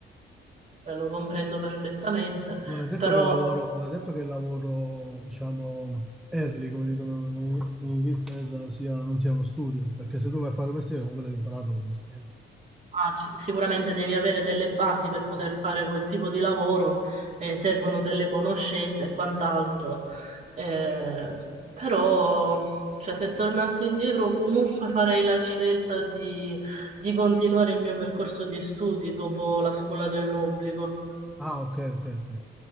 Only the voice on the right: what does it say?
eh, lo comprendo perfettamente,
però
Ah, c- sicuramente devi avere delle basi per poter fare quel tipo di lavoro, eh, servono delle conoscenze e quant'altro. Eh, però, cioè, se tornassi indietro, comunque farei la scelta di, di continuare il mio percorso di studi dopo la scuola dell'obbligo.